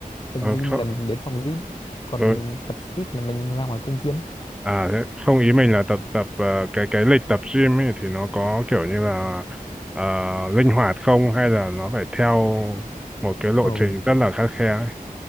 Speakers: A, on the left (about 35°); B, in the centre.
A: tập
B: ờ,
A: gym
B: không,
A: là mình đến phòng gym còn
B: ờ,
A: mình tập street là mình ra ngoài công viên
B: à thế, không ý mình là tập tập ờ, cái cái lịch tập gym ấy thì nó có kiểu như là ờ, linh hoạt không hay là nó phải theo một cái lộ
A: Ồ,
B: trình rất là khắt khe ấy?